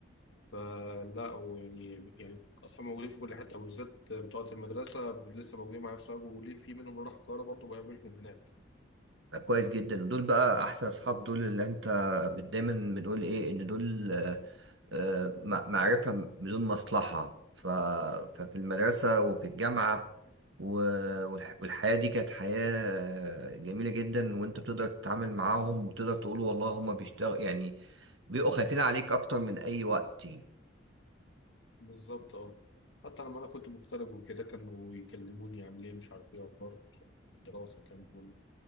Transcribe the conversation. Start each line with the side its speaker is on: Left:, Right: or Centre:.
Left: فلا ويعني يعني أصحابي موجودين في كل حتة وبالذات بتوع المدرسة لسه موجودين معايا في سوهاج وليه في منهم اللي راح القاهرة برضه بقابلهم هناك
Right: كويس جدا ودول بقى احسن اصحاب دول اللي انت دايما بنقول ايه ان دول آه، آه، مع- معرفة بدون مصلحة ف... ففي المدرسة وفي الجامعة و... والح... والحياة دي كانت حياة آه، جميلة جدا وانت بتقدر تتعامل معاهم وتقدر تقول والله هما بيشتغل يعني بيبقوا خايفين عليك اكتر من اي وقت يعني.
Left: بالظبط أه حتى لما أنا كنت مغترب وكده كانوا يكلموني عامل إيه مش عارف إيه أخبارك مش عارف إيه في الدراسة الكلام ده كله